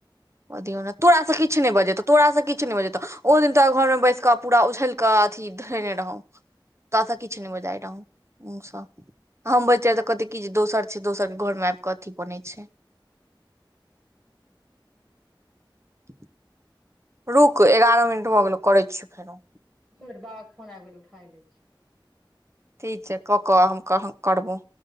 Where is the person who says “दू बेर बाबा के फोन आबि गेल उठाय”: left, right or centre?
Centre